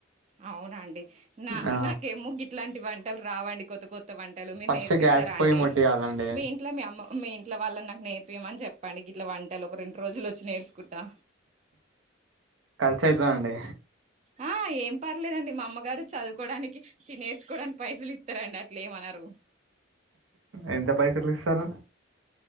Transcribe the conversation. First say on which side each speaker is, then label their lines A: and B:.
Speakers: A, on the right (about 35°); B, on the right (about 80°).
A: అవునండి నా
B: ఆ
A: నాకే గ్గి ఇట్లాంటి వంటలు రావండి కొత్త కొత్త త్త వంటలు మీరు
B: ఫస్ట్
A: నేర్పిస్తారా
B: గ్యాస్ పొయ్యి
A: అండి
B: ముట్టియాలండి
A: మీ ఇంట్లో మీ అమ్మ మీ ఇంట్లో వాళ్ళని నాకు నేర్పియమని చెప్పండి ఇట్లా వంటాల ఒక రెండు రోజులు వచ్చి నేర్చుకుంటా
B: చైత్ర అండి
A: ఆ ఏం పర్లేదండి మా అమ్మగారు చదువుకోవడానికి నేర్చుకోవడానికి పైసలు ఇస్తారు ఇట్లే ఏమన్నరు
B: ఎంత పైసలు ఇస్తారు